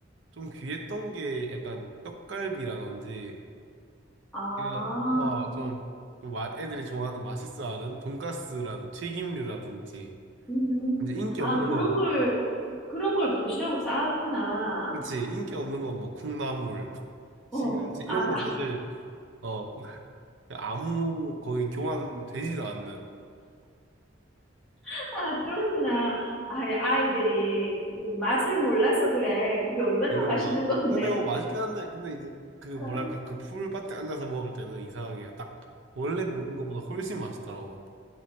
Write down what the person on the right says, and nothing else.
좀 귀했던 게 약간 떡갈비라든지
이런 어좀 좀 마- 애들이 좋아하는 맛있어하는 돈가스라든지 튀김류라든지
이제 인기
없는
거 뭐
그치 인기 없는 건 뭐 콩나물 <laughs> 시금치
이런
건 사실 어 아무 거의 교환되지도 않는
그런가?
근데 뭐 맛있긴 한데, 근데 이제 그 뭐랄까,
그 풀밭에 앉아서 먹을 때는 이상하게 딱 원래 먹는 것보다 훨씬 맛있더라고.